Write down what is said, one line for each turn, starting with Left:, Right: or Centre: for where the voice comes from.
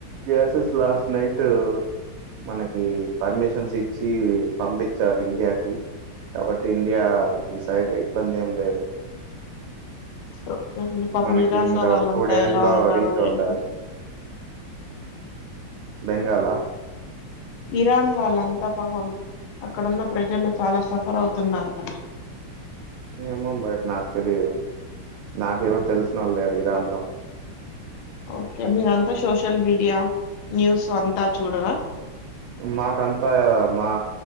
Right: గ్యాసెస్ లాస్ట్ నై ట్ మనకి పర్మిషన్స్ ఇచ్చి పంపించారు ఇండియాకి కాబట్టి ఇండియా ఈ స ఇబ్బంది ఏం లేదు
Left: ఓకే అండి పాపం
Right: మనకి
Left: ఇరాన్
Right: ఇంకా
Left: లో వాళ్ళంతా
Right: ఒక టూ డేస్
Left: ఎలా
Right: లో
Left: ఉన్నారో
Right: రీచ్ అవుతాది
Left: ఏంటో
Right: బెంగాాల
Left: ఇరాన్ వాళ్ అంత పాపం అక్కడున్న ప్రజలు చాలా సఫర్ అవుతున్నారు కదా
Right: ఏమో మరి నాకు తెలిదు నాకు ఎవరు తెలిసినోళ్ళు లేరు ఇరాన్ లో
Left: ఓకే మీరంతా సోషల్ మీడియా న్యూస్ అంతా చూడరా
Right: మాకంతా ఆ మా